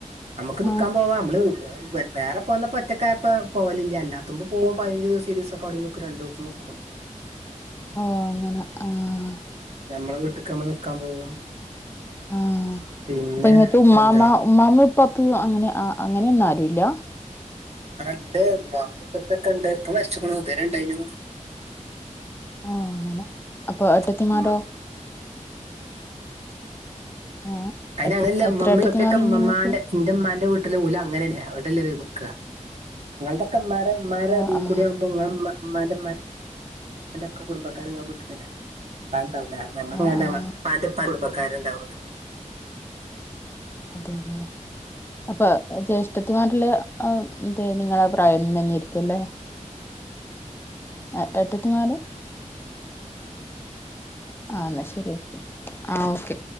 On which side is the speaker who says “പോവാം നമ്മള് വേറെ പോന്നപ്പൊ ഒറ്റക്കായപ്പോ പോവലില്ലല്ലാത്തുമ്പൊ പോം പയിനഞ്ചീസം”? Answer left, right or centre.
Right